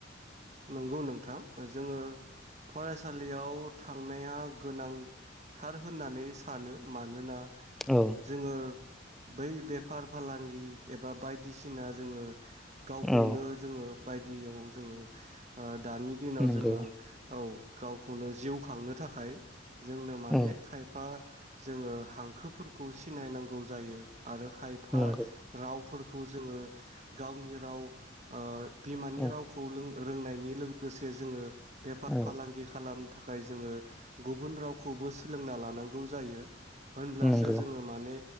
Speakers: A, on the right; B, in the centre.
A: नंगौ नोंथां ओज जोङो फरेस्ट सालियाव थांनाया गोनांथार होननानै सानो मानोना
B: औ
A: जोङो बै बेफार फालांगि एबा बायदिसिना जोङो गावखौनो
B: औ
A: जोङो बायदियाव जोङो ओ । दानि दिनाव
B: नंगौ
A: जोङो औ गावखौनो जिउ खांनो थाखाय जोंनो माने
B: औ
A: खायफा जोङो हांखोफोरखौ सिनायनांगौ जायो । आरो खायफा
B: नंगौ
A: रावफोर खौ जोङो गावनि राव ओह बिमानि
B: औ
A: रावखौ लों रोंनायनि लोगोसे जोङो बेफार
B: औ
A: फालांगि खालाम थाखाय जोङो गुबुन रावखौबो सोलोंना लानांगौ जायो । होनब्लासो
B: नंगौ
A: जोङो माने